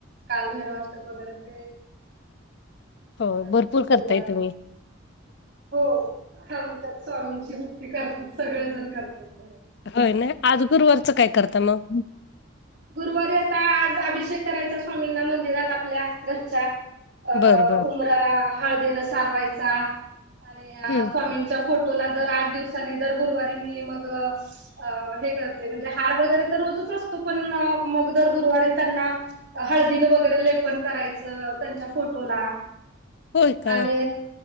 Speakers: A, on the right (about 60°); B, on the left (about 55°).
A: कालभैरव वाचते वगैरे ते.
B: हो,
A: आज
B: भरपूर
A: परत
B: करतायं
A: गुरुवार
B: तुम्ही.
A: हो आमच्यात स्वामींची भक्ती करतात. सगळेजण करतात घरात.
B: होय नाही, आज गुरुवारचं काय करत
A: हम्म
B: मग?
A: गुरुवारी आता, आज अभिषेक करायचा स्वामींना मंदिरात आपल्या घरच्या. अ
B: बर बर
A: उमरा हळदीला सारवायचा, आणि
B: हम्म
A: स्वामींच्या फोटोला दर आठ दिवसानी, दर गुरुवारी मी मग अ हे करते, म्हणजे हार वगैरे तर रोजच असतो पण मग दर गुरुवारी त्यांना हळदीनं वगैरे लेपन करायचं, त्यांच्या फोटोला,
B: होय का
A: आणि